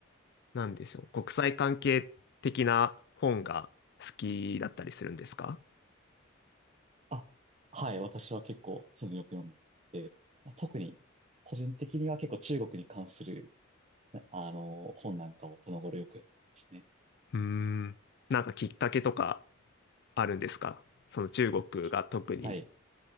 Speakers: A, on the left; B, on the right.
A: なんでしょう、国際関係的な本が好きだったりするんですか
B: あ、はい、私は結構そういうのよく読んでて、まあ、特に個人的には結構中国に関する、なあの、本なんかをこの頃よく読んでますね。
A: うーん。なんかきっかけとかあるんですかその中国が特に
B: きはい。